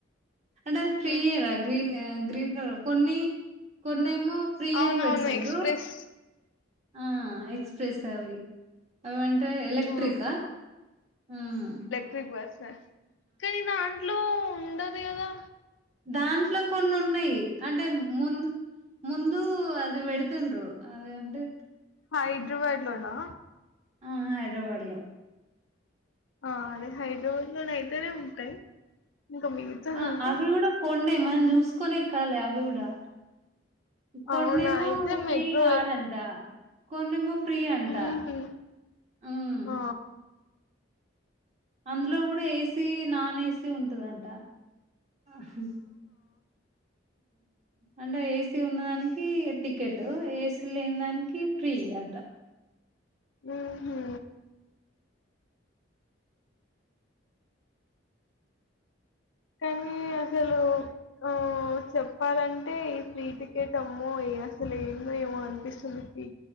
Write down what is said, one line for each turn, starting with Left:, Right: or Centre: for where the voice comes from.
Right: అంటే ఫ్రీయరా
Left: ఆ!
Right: గ్రీన్ గ్రీన్ కలర్ కొన్ని కొన్నేమో ఫ్రీ
Left: అవునవును.
Right: అని బెడుతుండ్రు
Left: ఎక్స్‌ప్రెస్
Right: ఆ అయితే తెల్సా అవి అంటే ఎలెక్ట్రికా
Left: ఆ!
Right: మ్
Left: బిగ్ బస్ కానీ దాంట్లో ఉండదు కదా?
Right: దాంట్లో కొన్ని ఉన్నాయి అంటే ముందు ముందు అది వెడుతుండ్రు ఆది అంటే
Left: హైదరాబాద్ లోనా
Right: ఆ హైదరాబాద్ లోనే
Left: ఆ అదే హైదరాబాద్ లోన ఎక్కడ ఉంటాయి ఇంకా
Right: ఆ
Left: అంటే
Right: అవి కూడా కొన్నే మనం చూసుకోనే ఎక్కాలి అవి కూడా కొన్నిమో
Left: అవునా! అయితే
Right: ఫ్రీ
Left: మెట్రో
Right: కాలే కొన్నిమో ఫ్రీ అంట
Left: హుహు.
Right: హ్మ్
Left: ఆ!
Right: అందులో కూడా ఏంటి ఏసీ, నాన్ ఏసీ ఉంటుదంట. ఆహా
Left: <inaudible>
Right: అంటే ఏసీ ఉన్న దానికి టికెట్ ఏసీ లేని దానికి ఫ్రీ అట
Left: మ్ హు కానీ అసలు ఆ చెప్పాలంటే ఈ ఫ్రీ టికెట్ అమ్మో అసలే ఏందో ఏమో అనిపిస్తుంది.